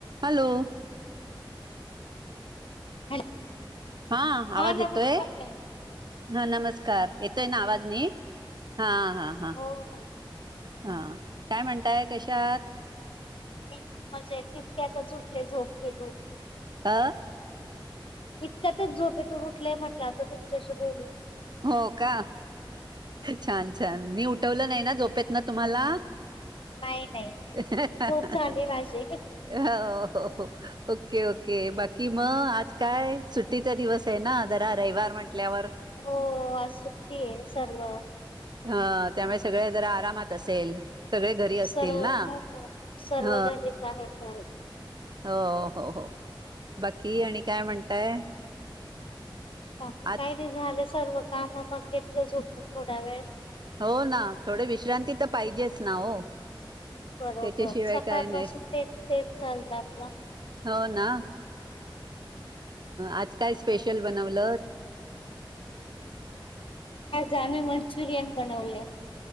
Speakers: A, on the right; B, on the left.
A: Hello
B: hello
A: हा आवाज
B: हा नमस्कार
A: येतोय?
B: ताई
A: हा नमस्कार येतोय ना आवाज नीट हा हा हा
B: हो हो
A: हा काय म्हणताय कशा आहात
B: <unintelligible> इतक्यातच उठले झोपून तेेतो <unintelligible>
A: आ
B: इतक्यातच झोपेतून उठलंय म्हटलं आता तुमच्याशी बोलू
A: हो का छान छान मी उठवलं नाही ना झोपेत ना तुम्हाला?
B: नाही नाही
A: हं
B: झोप झाली माझी
A: हं हो हो हो ओक ओके बाकी मग आज काय सुट्टीचा दिवस आहे ना जरा रविवार म्हण टल्यावर
B: हो आज सुट्टीय सर्व
A: ह त्यामुळे सगळे जरा आरामात असेल? सगळे घरी
B: सर्व
A: असतील ना?
B: हो हो. सर्व
A: अ
B: घरीच आहेत तर
A: हो हो हो बाकी आणि काय म्हणताय
B: बाकी काय
A: आज
B: नाही झालं सर्व काम मग घेतलं झपून थोडा वेळ
A: हो ना थोडे विश्रांती तर पाहिजेच ना हो
B: बरोबर
A: त्याच्याशिवाय
B: सकाळ
A: काय नाहीस
B: पाासून तेच तेच चालत आपलं
A: हो ना आज काय स्पेशल बनवल
B: जामी मंचुरयन बनवले